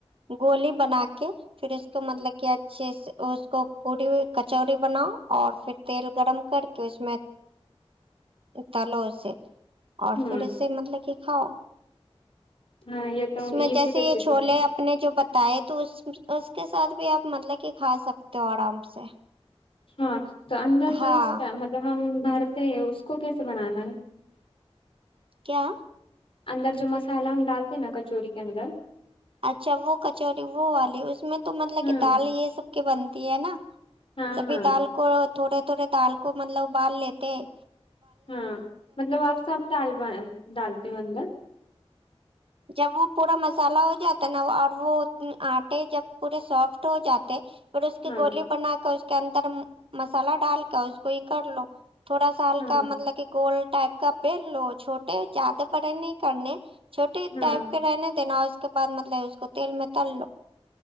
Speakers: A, on the right (about 60°); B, on the left (about 55°).
A: گولی بنا کے پھر اس کو مطلب کہ اچھے سے اس کو پوری کچوری بناؤ اور پھر تیل گرم کر کے اس میں تلو اسے اور
B: ہوں
A: پھر اسے مطلب کہ کھاؤ
B: ہاں یہ تو
A: اس میں
B: ایزی
A: جیسے
B: ریسیپی
A: یہ چھولے
B: تھی
A: میں نے جو بتائے تو اس اس کے ساتھ بھی آپ مطلب کہ کھا سکتے ہو آرام سے
B: ہاں تو اندر
A: ہاں
B: جو اس کا مطلب ہم بھرتے ہیں اس کو کیسے بنانا ہے
A: کیا
B: اندر جو مسالا ہم ڈالتے ہیں نا کچوری کے اندر
A: اچھا وہ کچوری وہ والی اس میں تو مطلب
B: ہاں
A: کہ دال یہ سب کی بنتی ہے نا
B: ہاں
A: سبھی
B: ہاں
A: دال کو تھوڑے تھوڑے دال کو مطلب ابال لیتے ہیں
B: ہاں مطلب آپ سب ڈال ڈالتے ہو اندر
A: جب وہ پورا مسالہ ہو جاتا نا اور وہ آٹے جب پورے سافٹ ہو جاتے پھر اس کی
B: ہاں
A: گولی بنا کر اس کے اندر مسالہ ڈال کر اس کو یہ کر لو تھوڑا سا ہلکا
B: ہوں
A: مطلب کے گول ٹائپ کا بیل لو چھوٹے زیادہ بڑے نہیں کرنے چھوٹے
B: ہوں
A: ٹائپ کے رہنے دینا اور اس کے بعد مطلب اس کو تیل میں تل لو